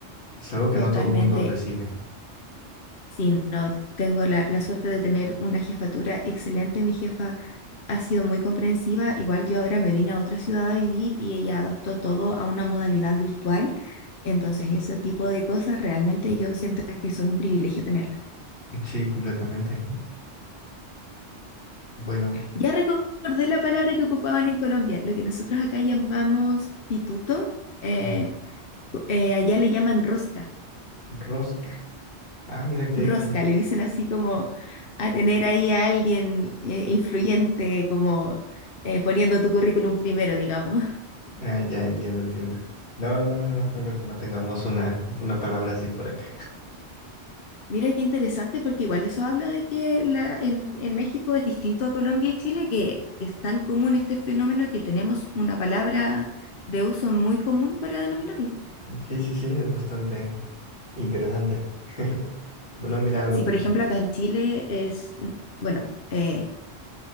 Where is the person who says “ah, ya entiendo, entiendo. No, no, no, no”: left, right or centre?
Left